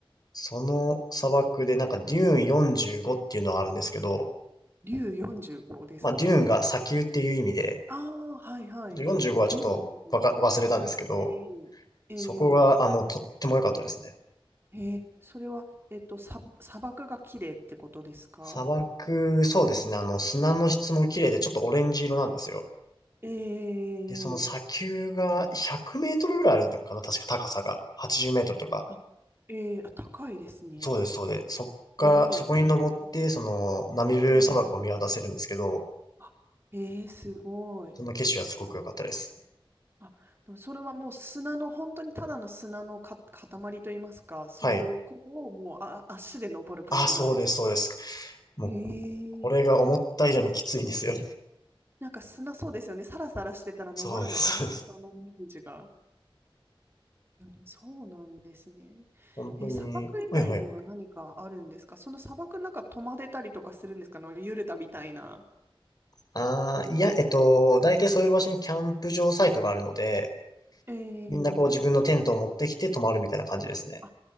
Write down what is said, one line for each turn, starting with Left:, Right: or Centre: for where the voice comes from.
Left: その砂漠でなんかデューン45っていうのがあるんですけど、
Right: 竜45ですか
Left: まあ、デューンが砂丘っていう意味で、
Right: ああー、はいはい。
Left: 45はちょっとわか、
Right: 竜45。
Left: 忘れたんですけど、
Right: ええ、ええ、
Left: そこが、あの、とっても良かったですね。
Right: ええ、それは、えっと、さ、砂漠が綺麗ってことですか
Left: 砂漠、そうですね。あの、砂の質も綺麗で、ちょっとオレンジ色なんですよ。
Right: ええ、
Left: で、その砂丘が100メートルぐらいあるのかな確か高さが。80メートルとか。
Right: あ、ええ、あ、高いですね。
Left: そうです、そうです。そっから、
Right: すごい。
Left: そこに登って、その、ナミブ砂漠を見渡せるんですけど、
Right: ええ、あ、ええ、すごい。
Left: その景色はすごく良かったです。
Right: あ、でもそれはもう砂の、本当にただの砂のか、塊といいますか、そこをもうあ、
Left: はい。
Right: 足で登る感じなんです。
Left: あ、そうです、そうです。もう、
Right: え
Left: これが思った以上にきついんですよ。
Right: え、なんか砂そうですよね。サラサラしてたら登るの大変そうなイメージが。
Left: そうです、そうです。
Right: うん、そうなんですね。
Left: 本当に、
Right: え、砂漠以外には何かあるんですかその砂漠の中泊まれたりとかするんですかあのユルタみたいな。
Left: はいはい。ああ、いや、えっと、大体そういう場所にキャンプ場サイトがあるので、
Right: ええ
Left: みんなこう自分のテントを持ってきて泊まるみたいな感じですね。
Right: あ、